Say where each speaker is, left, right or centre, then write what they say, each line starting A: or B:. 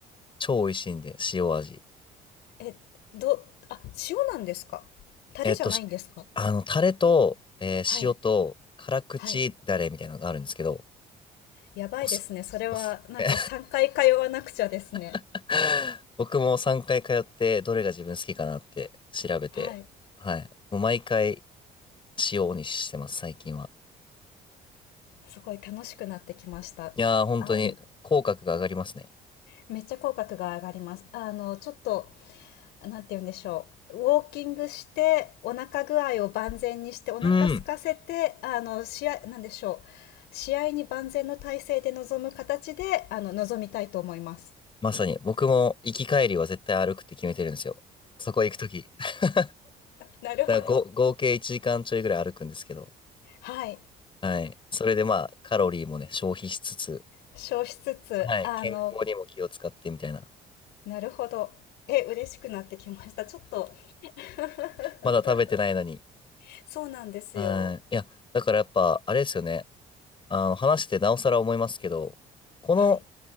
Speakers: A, on the left (about 30°); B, on the left (about 85°).
A: 超美味しいんで、塩味。
B: え、どあ、塩なんですか？タレじゃないんですか？
A: えっと、しあの、タレと、えー塩と辛口ダレみたいなのがあるんですけど、
B: はい、はい。やばいですね。
A: おす、
B: それはなんか3回通わなくちゃですね。
A: おすすめ <laughs> 僕も3回通ってどれが自分好きかなって調べて、
B: はい。
A: はい。もう毎回塩にしてます、最近は。
B: すごい楽しくなってきました。
A: いやー、本当に口角が上がりますね。
B: あの、めっちゃ口角が上がります。あの、ちょっと、なんて言うんでしょう、ウォーキングして、お腹具合を万全にして、お腹空かせて、
A: うん。
B: あの、試合なんでしょう、試合に万全の体制で臨む形で、あの、臨みたいと思います。
A: まさに、僕も行き帰りは絶対歩くって決めてるんですよ。そこ行くとき。<laughs>
B: なるほど。
A: だからご合計1時間ちょいぐらい歩くんですけど、
B: はい。
A: はい。それでまあ、カロリーもね、消費しつつ、
B: 消しつつ、
A: はい。
B: あの、
A: 健康にも気を使ってみたいな。
B: なるほど。え、嬉しくなってきました。ちょっと <laughs>
A: まだ食べてないのに。
B: そうなんですよ。
A: はい。いや、だからやっぱ、あれですよね。あの、話してなおさら思いますけど、この
B: はい。